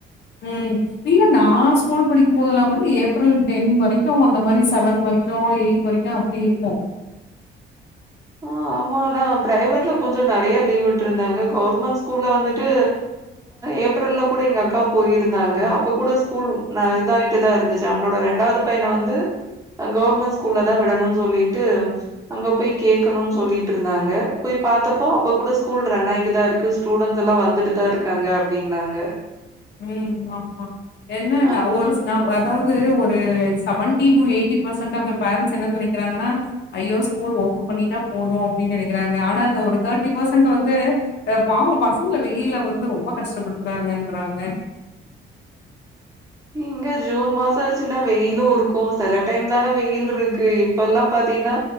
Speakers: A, on the left (about 60°); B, on the right (about 15°).
A: உம் இல்ல நான் ஸ்கூல் படிக்கு போதுெல்லாம் கூட ஏப்ரல் டென் வரைக்கு அந்த மாரி செவன் வர க்கு எய்த் வரைக்கு அப்டி இருக்கு
B: ஆஹ் ஆமானா பிரைவேட்ல கொஞ்சோ நெறைய லீவ் விட்டு இருந்தாங்க கவர்மெண்ட் ஸ்கூல்ல வந்துட்டு ஏப்ரல்ல கூட எங்க அக்கா போயிருந்தாங்க அப்ப கூட ஸ்கூல் இதாயட்டுதான் இருந்துச்சு அவங்களோட ரெண்டாவது பைய ன வந்து கவர்மெண்ட் ஸ்கூல்ல தான் விடணும்னு சொல்லிட்டு அங்க போய் கேக்கணும்னு சொல்லிட்டு இருந்தாங்க போய் பார்த்தப்போ அப்ப கூட ஸ்கூல் ரன் ஆயிட்டுதான் இருக்கு ஸ்டூடெண்ட்ஸ்ல்லா வந்துட்டு தான் இருக்காங்க அப்புடின்னாங்க
A: உம் ஆமா என்ன
B: அ
A: ஒரு ந அதாவது ஒரு ஒரு seventy two eighty percentage of parents என்ன நெனைக்கிறாங்கா ஐயோ ஸ்கூல் ஓபன் பண்ணிட்டா போது அப்புடின்னு நினைக்கிறாங்க ஆனா அ ஒரு தேர்ட்டி பெர்சன்ட் வந்து பாவோ பசங்கல வந்து வெயில்ல வந்து ரொம்ப ரொம்ப கஷ்டப்படுத்துறாங்கன்றாங்க
B: இங்க ஜூன் மாசம் ஆச்சுன்னா வெயிலு இருக்கு சில டைம் தானே வெயில் இருக்கு இப்ப எல்லாம் பாத் தினா